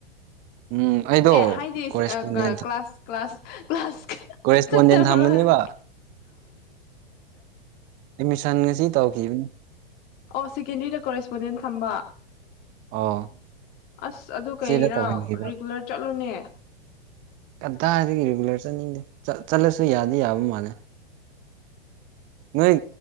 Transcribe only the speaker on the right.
ꯎꯝ ꯑꯩꯗꯣ
correspondence
correspondence
ꯊꯝꯕꯅꯦꯕ
ꯑꯦꯠꯃꯤꯁꯟ ꯉꯁꯤ ꯇꯧꯈꯤꯕꯅꯦ
ꯑꯣ
ꯏꯆꯦꯗ
ꯇꯧꯍꯟꯈꯤꯕ
ꯀꯗꯥꯏꯗꯒꯤ ꯔꯤꯒꯨꯂꯔ ꯆꯠꯅꯤꯡꯗꯦ ꯆꯠꯂꯁꯨ ꯌꯥꯗꯤ ꯌꯥꯕ ꯃꯥꯜꯂꯦ ꯅꯣꯏ